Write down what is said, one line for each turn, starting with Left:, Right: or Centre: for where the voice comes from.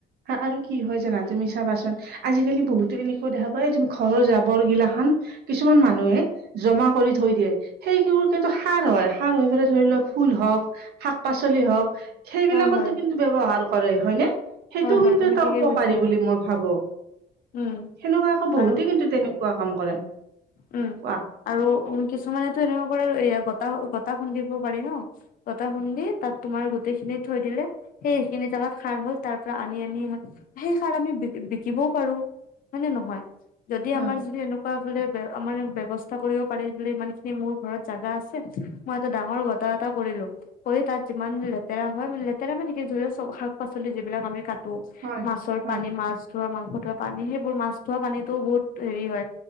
Right: আৰু কি হয় জানা তুমি চাবাচোন আজিকালি বহুতো এনেকুৱা দেখা পাই ঘৰৰ জাবৰ গিলাখান,, কিছুমান
Left: উম,
Right: মানুহে জমা কৰি থৈ দিয়ে সেইবোৰ কিন্তু সাৰ হয়। সাৰ হৈ পেলাই ধৰি লও ফুল হওক, শাক-পাচলি হওক সেইবিলাকত
Left: হয় হয়।
Right: ব্যৱহাৰ কৰে হয়নে? সেইটো
Left: হয় হয়
Right: কিন্তু
Left: তুমি
Right: এটা
Left: ঠিকে
Right: উপকাৰী
Left: কৈছা
Right: বুলি মই ভাবোঁ
Left: উম
Right: সেনেকুৱাকে বহুতে
Left: আৰু
Right: কিন্তু তেনেক কোৱা কাম কৰে
Left: উম
Right: কোৱা?
Left: আৰু উ কিছুমানেতো এনেকুৱা কৰে গতা গতা খুন্দিব পাৰি ন। গতা খুন্দি তাত তোমাৰ গোটেই খিনি থৈ দিলে,,, সেইখিনি জাগাত সাৰ হ'ল তাৰ পৰা আনি আনি সেই সাৰ আমি বি বিকিবও পাৰো। হয় নে নহয় যদি
Right: হয়
Left: আমাৰ যদি এনেকা এনেকোৱা বোলে আনে ব্যৱস্থা কৰিব পাৰি বোলে ইমান খিনি মোৰ ঘৰত জাগা আছে। মই এটা ডাঙৰ গটা এটা কৰিলো। কৰি তাত যিমান লেতেৰা হয় লেতেৰা মান নেকি ধৰি লও চ শাক-পাচলি যিবিলাক আমি কাটি,,, তো
Right: হয়
Left: মাছৰ
Right: হয়
Left: পানী মাছ ধোৱা, মাংস ধোৱা পানী সেইবোৰ মাছ ধোৱা পানীতোও বহুত হেৰি হয়।